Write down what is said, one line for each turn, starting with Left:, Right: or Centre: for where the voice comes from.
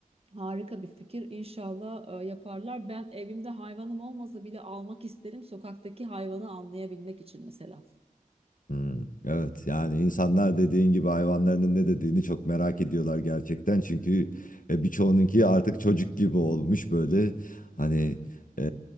Right: Harika bir fikir. İnşallah e, yaparlar. Ben evimde hayvanım olmasa bile almak isterim. Sokaktaki hayvanı anlayabilmek için mesela.
Left: Hmm, evet yani insanlar dediğin gibi hayvanlarının ne dediğini çok merak ediyorlar gerçekten. Çünkü e, birçoğununki artık çocuk gibi olmuş böyle. Hani e,